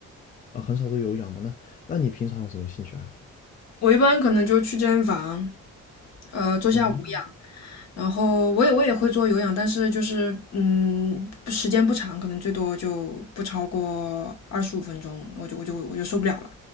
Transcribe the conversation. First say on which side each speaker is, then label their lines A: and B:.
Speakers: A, on the left; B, on the left.
A: 呃很少做有氧嘛。那那你平常有什么兴趣爱好？
B: 我一般可能就去健身房，呃，做下无氧，
A: 哦，
B: 然后我也我也会做有氧，但是就是嗯，不时间不长，可能最多就不超过二十五分钟，我就我就我就受不了了，